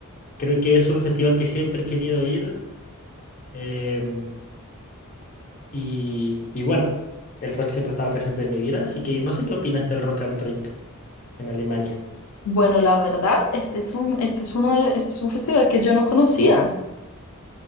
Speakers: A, on the left; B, on the left.
A: Creo que es un festival que siempre he querido ir em, y, y bueno, el rock siempre estaba presente en mi vida, así que no sé qué opinas del Rock am Ring en Alemania.
B: Bueno, la verdad, este es un, este es uno de- este es un festival que yo no conocía,